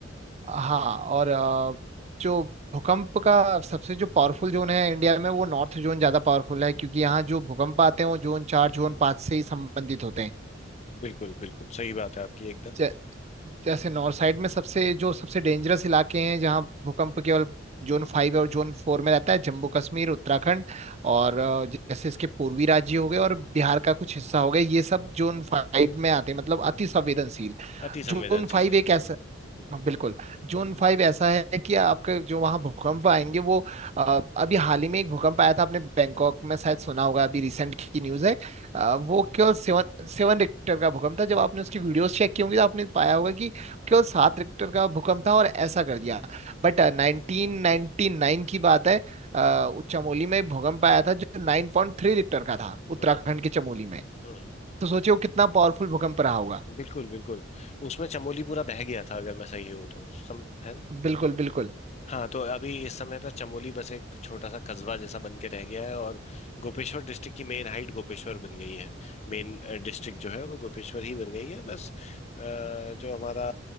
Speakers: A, on the right; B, on the left.
A: हाँ और आ, जो भूकंप का सबसे जो पावरफुल जोन है इंडिया में वो नॉर्थ जोन ज्यादा पावरफुल है क्योंकि यहाँ जो भूकंप आते हैं वो जोन चार जोन पाँच से ही संबंधित होते
B: बिल्कुल बिल्कुल सही बात है आपकी एकदम
A: हैं जैसे नॉर्थ साइड में सबसे जो सबसे डेंजरस इलाके हैं जहाँ भूकंप केवल जोन फाइव और जोन फोर में रहता है जम्मू कश्मीर उत्तराखंड और अ, जैसे इसके पूर्वी राज्य हो गए और बिहार का कुछ हिस्सा हो गया ये सब जोन फाइव में आते हैं मतलब अति संवेदनशील
B: अति संवेदनशील
A: जोन फाइव
B: है
A: एक
B: बिल्कुल
A: ऐसा
B: हम्म,
A: हाँ, बिल्कुल जून फाइव ऐसा है कि आपके जो वहाँ भूकंप आएंगे वो अ, अभी हाल ही में एक भूकंप आया था आपने बैंकॉक में शायद सुना होगा अभी रिसेंट की न्यूज़ है अ, वो केवल सेवन सेवन रिक्टर का भूकंप था जब आपने उसकी वीडियोस चेक की होंगी तो आपने पाया होगा कि केवल सात रिक्टर का भूकंप था और ऐसा कर दिया बट नाइनटीन नाइनटी नाइन की बात है अ, चमोली में एक भूकंप आया था जो नाइन पॉइंट थ्री रिक्टर का था उत्तराखंड
B: हाँ
A: के चमोली में
B: हम्म
A: तो सोचिए वो कितना पावरफुल भूकंप रहा होगा
B: बिल्कुल बिल्कुल उसमें चमोली पूरा बह गया था अगर मैं सही हूँ तो सम है ना
A: बिल्कुल बिल्कुल
B: हाँ तो अभी इस समय पर चमोली बस एक छोटा सा कस्बा जैसा बन के रह गया है और गोपेश्वर डिस्ट्रिक्ट की मेन हाइट गोपेश्वर बन गई है मेन डिस्ट्रिक्ट जो है वो गोपेश्वर ही बन गई है बस अ, जो हमारा